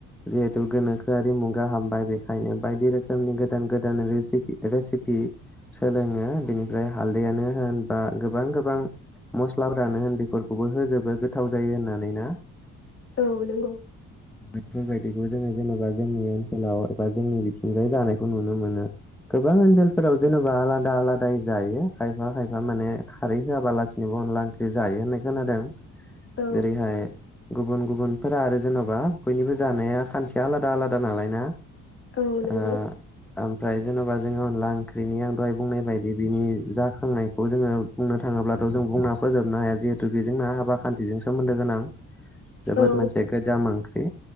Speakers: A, in the centre; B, on the left.
A: जिहेतु गोनोखोआरि मुगा हाबबाय बेखायनो बायदि रोखोमनि गोदान गोदान रेसिपि रेसिपि सोलोङो बिनिफ्राय हालदैयानो होन बा गोबां गोबां मस्लाफोरानो होन बेफोर खौबो होजोबो गोथाव जायो होननानै ना
B: औ नंगौ
A: बेफोबायदिखौ जोङो जेनेबा जोंनि ओनसोलाव बा जोंनि बिथिंजाय जानायखौ नुनो मोनो गोबां ओनसोलफोराव जेनेबा आलादा आलादायै जायो खायफा खायफा माने खारै होआाबालासिनो बो अनला ओंख्रि जायो होननाय खोनादों
B: औ
A: जेरैहाय गुबुन गुबुनफोरा आरो जेनबा बयनिबो जानाया खान्थिया आलादा आलादा नालाय ना
B: औ नंगौ
A: आ ओमफ्राय जेन'बा जोङो अनला ओंख्रिनि आं दहाय बुंनाय बायदि बिनि जाखांनायखौ जोङो बुंनो थाङोब्लाथ' जों बुंना फोजोबनो हाया जिहे थु बेजोंना हाबा खान्थिजों सोमोन्दो गोनां जोबोद
B: औ
A: मोनसे गोजाम ओंख्रि